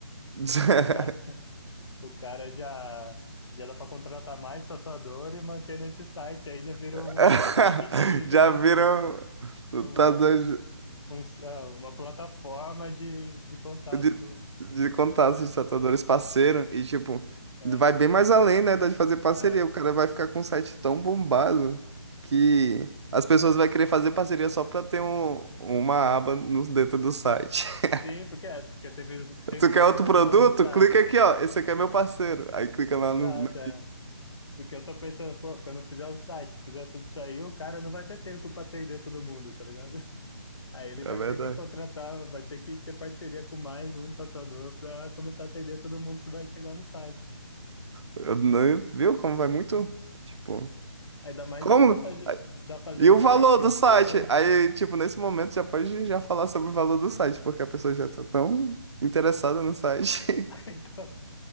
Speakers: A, on the right (about 75°); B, on the left (about 75°).
A: <laughs>
B: O cara, o cara já, já dá pra contratar mais tatuador e manter nesse site. Aí já virou
A: <laughs>
B: um site de, entendeu?
A: Já viram lutadores
B: Uma, um, ah, uma plataforma de, de contato
A: de,
B: com
A: de contato,
B: tatuagem.
A: os tatuadores parceiro, e tipo,
B: É,
A: vai bem mais além, né, da de fazer parceria.
B: né?
A: O cara vai ficar com um site tão bombado que as pessoas vão querer fazer parceria só pra ter um, uma aba no, dentro do site. <laughs>
B: Sim, porque, é, porque tem, visu- tem
A: Tu
B: visualização
A: quer outro produto?
B: no site.
A: Clica aqui, ó. Esse aqui é meu parceiro. Aí
B: <laughs>
A: clica
B: Exato,
A: lá no. no-
B: é. Porque eu tô pensando, pô, quando eu fizer o site, fizer tudo isso aí, o cara não vai ter tempo pra atender todo mundo, tá ligado? Aí ele
A: É
B: vai
A: verdade.
B: ter que contratar, vai ter que ter parceria com mais um tatuador para começar a atender todo mundo que vai chegar no site.
A: Eu não- viu como vai muito? Tipo,
B: Ainda mais
A: como?
B: se começar a ge- dar fazer
A: E
B: um
A: o
B: marketing,
A: valor do
B: um
A: site?
B: CEO.
A: Aí, tipo, nesse momento já pode já falar sobre o valor do site, porque a pessoa já tá tão interessada no site. <laughs>
B: <laughs> Então,